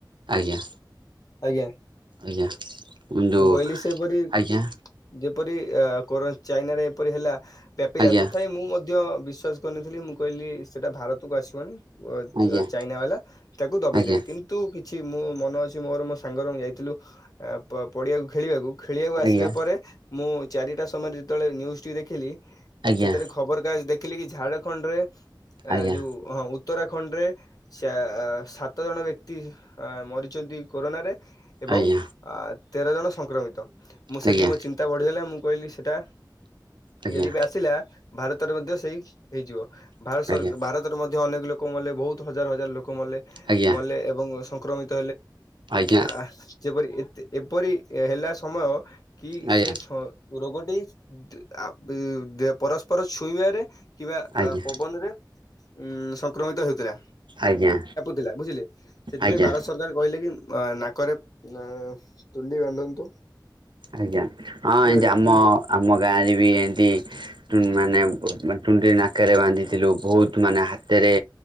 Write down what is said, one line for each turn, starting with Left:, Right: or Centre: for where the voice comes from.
Right: ଆଜ୍ଞା।
Left: ଆଜ୍ଞା।
Right: ଆଜ୍ଞା ଯୋଉ
Left: ମୁଁ କହିଲି ସେପରି
Right: ଆଜ୍ଞା
Left: ଯେପରି ଆ କୋ ଚାଇନାରେ ଏପରି ହେଲା ବ୍ୟାପିଲା
Right: ଆଜ୍ଞା
Left: ତଥାପି ମୁଁ ମଧ୍ୟ ବିଶ୍ୱାସ କରିନଥିଲି ମୁଁ କହିଲି ସେଟା ଭାରତକୁ ଆସିବନି
Right: ଆଜ୍ଞା
Left: ଚା ଚାଇନା ବାଲା ତାକୁ ଦବେଇ
Right: ଆଜ୍ଞା
Left: ଦେବେ କିନ୍ତୁ ତୁ କିଛି ମୁଁ ମନ ଅଛି ମୋର ମୋ ସାଙ୍ଗର ଯାଇଥିଲୁ ପ ପଡିଆକୁ ଖେଳିବାକୁ ଖେଳିବାକୁ
Right: ଆଜ୍ଞା
Left: ଆସିଲା ପରେ ମୁଁ ଚାରିଟା ସମୟରେ ଯେତେବେଳେ ନ୍ୟୁଜ ଟି ଦେଖିଲି
Right: ଆଜ୍ଞା
Left: ସେଥିରେ
Right: ଆଜ୍ଞା
Left: ଖବର କାଜ ଦେଖିଲି କି ଝାଡଖଣ୍ଡ ରେ
Right: ଆଜ୍ଞା
Left: ଆ ଯୋଉ ହଁ ଉତ୍ତରାଖଣ୍ଡରେ ସାଆ ସାତ ଜଣ ବ୍ୟକ୍ତି ଆ ମରିଛନ୍ତି କୋରୋନାରେ ଏବଂ
Right: ଆଜ୍ଞା।
Left: ଆ ତେର ଜଣ ସଂକ୍ରମିତ ମୁଁ ସେଠି
Right: ଆଜ୍ଞା
Left: ମୋ ଚି ନ୍ତା ବଢିଗଲା ମୁଁ କହିଲି ସେଇଟା
Right: ଆଜ୍ଞା
Left: ଯଦି ବି ଆସିଲା ଭାରତରେ ମଧ୍ୟ ସେଇ ହେଇଯିବ ଭାରତ
Right: ଆଜ୍ଞା
Left: ସର ଭାରତରେ ମଧ୍ୟ ଅନେକ ଲୋକ ମଲେ ବହୁତ ହଜାର ହଜାର ଲୋକ ମଲେ
Right: ଆଜ୍ଞା
Left: ମଲେ ଏବଂ ସଂକ୍ରମିତ
Right: ଆଜ୍ଞା
Left: ଆ ଯେପରି ଏପରି ହେଲା ସମୟ କି
Right: ଆଜ୍ଞା
Left: ସେ ସ ରୋଗଟି <unintelligible> ପରସ୍ପର ଛୁଇଁବାରେ କିମ୍ବା
Right: ଆଜ୍ଞା
Left: ଆ ପବନରେ ଉ ସଂକ୍ରମିତ ହେଉଥିଲା
Right: ଆଜ୍ଞା
Left: ଥିଲା ବୁଝିଲେ ସେଥିପାଇଁ
Right: ଆଜ୍ଞା
Left: ଭାରତ
Right: ଆଜ୍ଞା
Left: ସରକାର କହିଲେ କି ଆ ନାକରେ ଆ ତୁଣ୍ଡି ବାନ୍ଧନ୍ତୁ
Right: ଆଜ୍ଞା ହଁ
Left: ବୁଝିଲେ
Right: ଏମତି ଆମ ଆମ ଗାଁରେ ବି ଏମିତି ମାନେ ତୁଣ୍ଡି ନାକରେ ବାନ୍ଧିଥିଲୁ ବହୁତ ମାନେ ହାତରେ